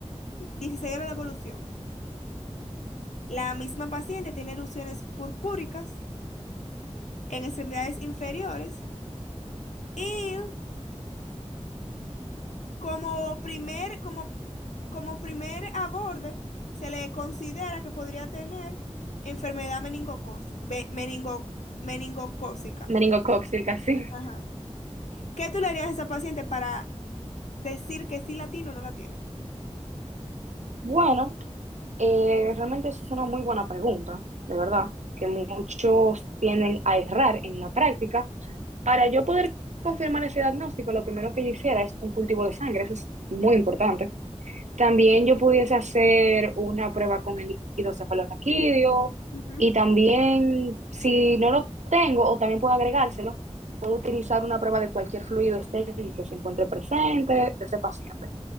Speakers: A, on the left (about 80°); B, on the right (about 75°).
A: 16 horas de evolución. La misma paciente tiene erupciones purpúricas en extremidades inferiores y como primer, como, como primer aborde se le considera que podría tener enfermedad meningocós- ve- meningo- meningocócica.
B: Meningocócica, sí.
A: Ajá. ¿Qué tú le harías a esa paciente para decir que sí la tiene o no la tiene?
B: Bueno, eh, realmente eso es una muy buena pregunta, de verdad, que muchos tienden a errar en la práctica. Para yo poder confirmar ese diagnóstico, lo primero que yo hiciera es un cultivo de sangre, eso es muy importante. También yo pudiese hacer una prueba con el líquido cefalorraquídeo
A: Ujú.
B: y también si no lo tengo o también puedo agregárselo, puedo utilizar una prueba de cualquier fluido estéril que se encuentre presente de ese paciente.